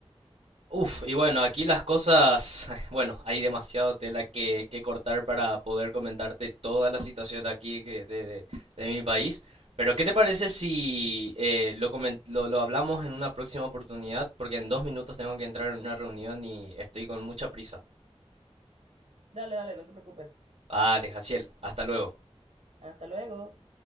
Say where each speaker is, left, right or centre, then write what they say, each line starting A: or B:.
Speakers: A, on the right; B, on the right.
A: Uf, y bueno, aquí las cosas, <laughs> bueno, hay demasiado tela que, que cortar para poder comentarte toda la situación aquí que- de, de- de mi país. Pero, ¿qué te parece si eh, lo, comen- lo, lo hablamos en una próxima oportunidad? Porque en dos minutos tengo que entrar en una reunión y estoy con mucha prisa.
B: Dale, dale, no te preocupes.
A: Vale, Jaciel, hasta luego.
B: Hasta luego.